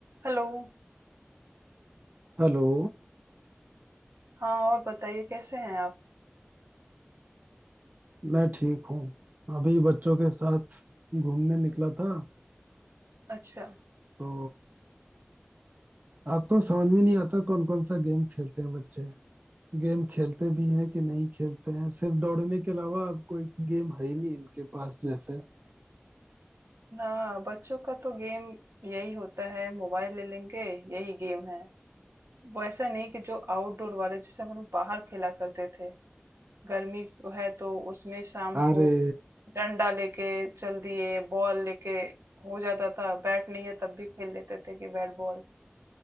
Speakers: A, on the right (about 85°); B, on the right (about 40°).
A: Hello
B: हेलो
A: हाँ और बताइए कैसे हैं आप
B: मैं ठीक हूँ अभी बच्चों के साथ घूमने निकला था
A: अच्छा
B: तो अब तो समझ में नहीं आता कौन कौन सा गेम खेलते हैं बच्चे गेम खेलते भी हैं कि नहीं खेलते हैं सिर्फ दौड़ने के अलावा अब कोई गेम है ही नहीं इनके पास जैसे
A: हाँ बच्चों का तो गेम यही होता है मोबाइल ले लेंगे यही गेम है वो ऐसा नहीं कि जो आउटडोर वाले जैसे हम लोग बाहर खेला करते थे गर्मी है तो उसमें शाम
B: अरे
A: को डंडा लेके चल दिए बॉल लेके हो जाता था बैट नहीं है तब भी खेल लेते थे कि बैट बॉल